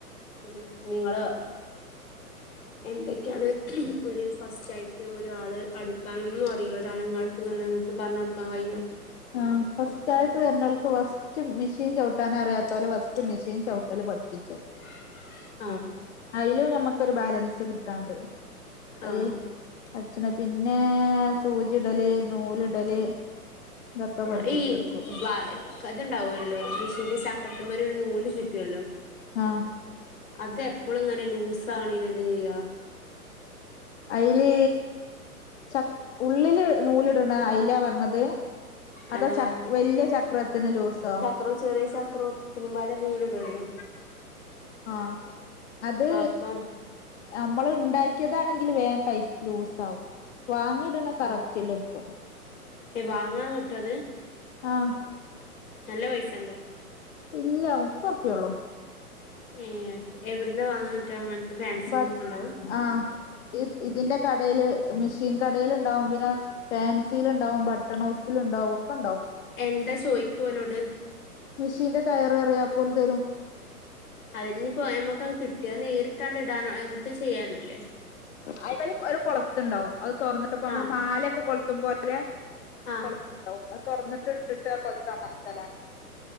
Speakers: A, on the left; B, on the left.
A: <unintelligible> നിങ്ങള് എന്തൊക്കെയാണ് ഒരു ഫസ്റ്റായിട്ട് ഒരാള് അടിക്കാനൊന്നും അറിയില്ല ഒരാള് നിങ്ങൾ ഇത് വന്ന് നിങ്ങക്ക് പറഞ്ഞ് കൊടുക്കാൻ കഴിയോ
B: ആഹ് ഫസ്റ്റായിട്ട് വരുന്നാൾ ക്ക് ഫസ്റ്റ് മെഷീൻ ചവിട്ടാനറിയാത്തോലെ ഫസ്റ്റ് മെഷീൻ ചവിട്ടല് പഠിപ്പിച്ചും
A: <inaudible>
B: അയിലും നമ്മുക്കൊരു ബാലൻസ് കിട്ടാണ്ട് അത്
A: ആഹ്
B: അടിച്ച്ണ് പിന്നേ സൂചി ഇടല് നൂലിടല് ഇതൊക്കെ
A: ആഹ്
B: പഠിപ്പിച്ചൊടുക്കും
A: ഈ വയ്ക്കതുണ്ടാവുലുല്ലോ മെഷീന്റെ പക്രത്തിൻമേല് ഒരു നൂല് ചുറ്റുവല്ലോ
B: ആഹ്
A: അതെപ്പൊളും ഇങ്ങനെ ലൂസാവിണയ്ന് എന്താ ചെയ്യാ
B: അയില് ചക് ഉള്ളില് നൂലിടണ അയിലാ പറഞ്ഞത്
A: അല്ലല്ല
B: അതോ ചക് വലിയ ചക്രത്തിന് ലൂസോ
A: ഒറു ചെറിയ ചക്രോ പിന്നെമ്പാടെ നൂലിടുവല്ലോ
B: ആഹ് അത്
A: അപ്പം
B: അമ്മള് ഉണ്ടാ ക്കിയതാണെങ്കില് വേ ടൈറ്റ് ലൂസ് ആവും വാങ്ങിട്ണത് കറക്റ്റ്ലും നിക്കും
A: ഏഹ് വാങ്ങാൻ കിട്ടുവത്
B: ആഹ്
A: നല്ല പൈസണ്ടോ
B: ഇല്ല മുപ്പതുറുപ്പ്യെ ഉള്ളൂ
A: ഏഹ് എവിട്ന്നാ വാങ്ങാൻ കിട്ടാ അങ്ങനത്തെ ഫാൻസിലൊക്കെ
B: ബട്ട്
A: ഉണ്ടാവും
B: ആഹ് ഈ ഇതിന്റെ കടേല് മെഷീൻ കടേല് ഉണ്ടാവും പിന്നെ ഫാൻസീലിണ്ടാവും ബട്ടൺ ഹൗസിലിണ്ടാവും ഒക്കെണ്ടാവും
A: എന്താ ചോയ്ക്കാ ഓലോട്
B: മിഷീന്റെ കയറ് പറയാ അപ്പോല് തരും
A: അതിഞ്ഞിപ്പൊ നമ്മക്കത് കിട്ടിയാ നേരിട്ടാണ്ട് ഇടാനോ എന്തു ചെയ്യാനല്ലേ
B: അയ്മ്മല് ഒര് കൊള്ത്തിണ്ടാവും അത് തൊറന്ന ട്ടിപ്പ നമ്മള്
A: ആഹ്
B: മാലെക്ക കൊളുത്തും പോലെ
A: ആഹ്
B: കൊള് ത്തിണ്ടാവും അത്‌ തൊറന്നിട്ട് ഇട്ടിട്ട് അ കൊളുത്തമർത്തലാണ്